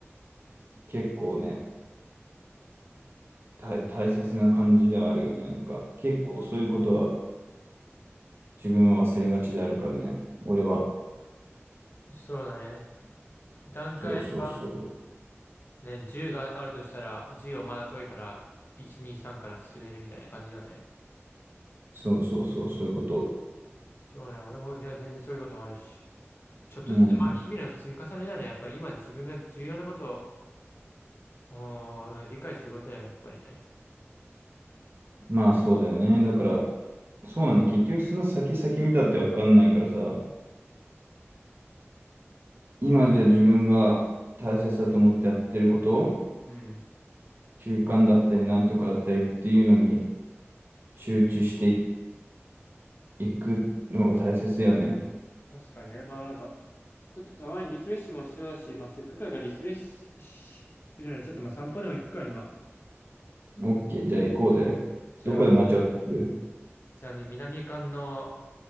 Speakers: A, on the right; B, on the left.
A: 結構ね、大、大切な感じではあるよね。なんか、結構そういうことは自分は忘れがちであるからね。俺は。
B: そうだね。段階が
A: そうそうそう。
B: ね、10があるとしたら、10をまだ遠いから、1、2、3から進めるみたいな感じだね。
A: そうそうそう、そういうこと。
B: そうね。俺も、じゃあ全然そういうこともあるし。ちょっとずつ、
A: うん。
B: まあ、日々の積み重ねだね。やっぱり今自分が重要なことを、おー理解することだよね、やっぱりね。
A: まあそうだよね。だから、そうなんだ。結局その先々見たってわかんないからさ、今じゃ自分が大切だと思ってやってること、
B: うん。
A: 習慣だったりなんとかだったりっていうのに集中していくのが大切だよね。
B: 確かにね。まあなんか、ちょっとたまにリフレッシュも必要だし、まあせっかくだからリフレッシュししてるので、ちょっとまあ散歩でも行くか、今。
A: オッケー、じゃあ行こうぜ。
B: じゃあ、
A: どこで待ち合わせする
B: ちなみに南館の